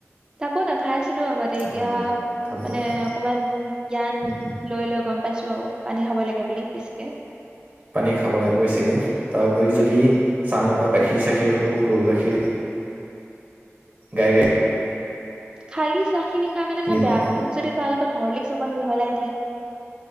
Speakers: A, on the right (about 15°); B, on the right (about 35°).
A: তাকো না খাইছিলো আগতে এতিয়া
B: অ ভাল
A: মানে
B: কথা
A: অকমান জ্ঞান
B: উম
A: লৈ লৈ গম পাইছো আৰু পানী খাব লাগে বুলি বেছিকে।
B: পানী, খাব লাগে বেছিকে তাৰ উপৰি যদি চাহ ননেকুৱা গাখীৰ,
A: উম
B: চাখীৰ হলেও গৰু, গাখীৰ গাই, গখীৰ
A: খালী চাহ খিনি খাই মানে মই
B: পাবা
A: বেয়া পাওঁ মোক যদি তাৰ লগত হৰ্লিকচ চকন মিহলাই দিয়ে।